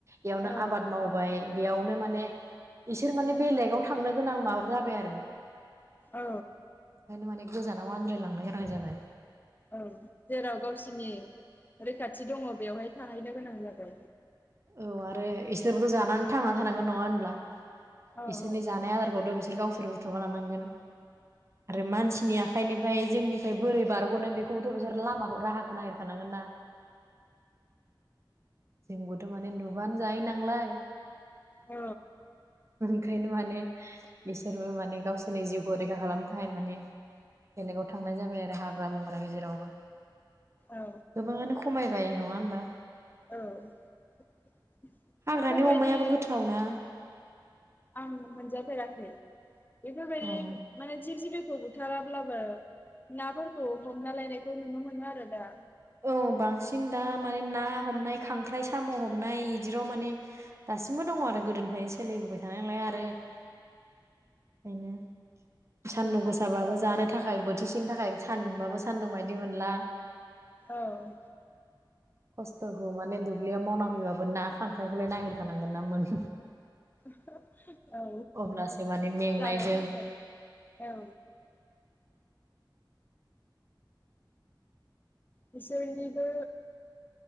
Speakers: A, on the right (about 35°); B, on the left (about 25°).
A: इयावनो
B: औ
A: आबाद मावबाय बेयावनो माने इसोर माने बेलेगाव थांनो गोनां माबा जाबाय आरो ओंखायनो
B: औ
A: माने गोजानाव आद्रायलांनाय <inaudible> जाबाय
B: औ जेराव गावसिनि रैखाथि दङ' बेवहाय थाहैनो गोनां जाबाय
A: औ आरो इसोरबोथ' जानानै थांनानै थानांगोन नङा होनब्ला
B: औ
A: इसोरनि
B: औ
A: जानाय आदारखौथ' बिसोर गावसो <unintelligible> र बुथोमना लानां गोन आरो मानसिनि आखायनि फाय जोंनिफाय बोरै बारग'नो बेखौथ' बिसोर लामाखौ राहाखौ नागिर खानांगोन ना जोंबोथ' माने नुबानो जायो नांलाय
B: औ
A: ओंखायनो माने बिसोरबो माने गावस सोरनि जोंनि जिउखौ रैखा खालामनो थाखाय माने बेलेगाव थांनाय जाबाय आरो हाग्रा बंग्रा गेजेरावबो
B: औ
A: गोबाङानो खमायबाय नङा होनबा
B: औ
A: हाग्रानि
B: बेफोरबायदि
A: अमायाबो गोथाव ना
B: आं मोनजाफेराखै बेफोर बादि
A: उम
B: माने जिब -जिबि खौ बुथाराब्लाबो नाफोरखौ हमना लायनायखौ नुनो मोनो आरो दा
A: औ बांसिन दा माने ना हमनाय खांख्राइ साम' हमनाय इदिल' माने दासिमबो दङ' आरो गोदोनिफ्रायनो सोलिबोबाय थानाय नालाय आरो ओंखायनो सान्दुं
B: औ
A: गोसाबाबो जानो थाखाय बोथिसेनि थाखाय सान्दुंबाबो सान्दुं बायदि मोनला
B: औ
A: खस्थ'खौ माने दुब्लियाव मावना फैबाबो ना खांख्राइखौलाय नायागिरखानांगोन ना मोन
B: <unintelligible> औ
A: अब्लासो माने मेंनायजों
B: जानो थाखाय औ बिसोरनिबो